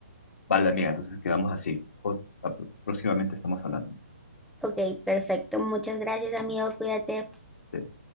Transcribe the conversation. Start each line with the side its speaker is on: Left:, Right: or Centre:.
Left: Vale, amiga, entonces quedamos así. Po- Próximamente estamos hablando.
Centre: Ok, perfecto. Muchas gracias, amigo. Cuídate.
Left: Te-